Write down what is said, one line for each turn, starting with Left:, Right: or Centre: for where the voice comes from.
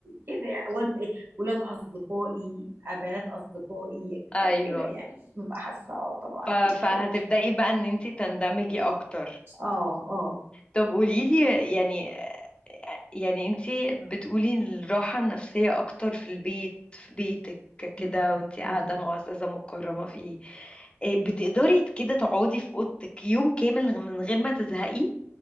Right: كده يعني ود- ولاد أصدقائي بنات أصدقائي
Left: ايوه
Right: فكده يعني ببقى حاسة اه طبعا
Left: ف... فهتبدأي
Right: بيختلف شوية
Left: بقى ان انت تندمجي اكتر
Right: اه اه
Left: طب قوليلي يعني يعني انتي بتقولي الراحة النفسية اكتر في البيت في بيتك كده
Right: مم.
Left: وانتي قاعدة
Right: مم.
Left: معززة مكرمة فيه إيه،
Right: مم.
Left: آه، بتقدري كده تقعدي في اوضتك يوم كامل من غير ما تزهقي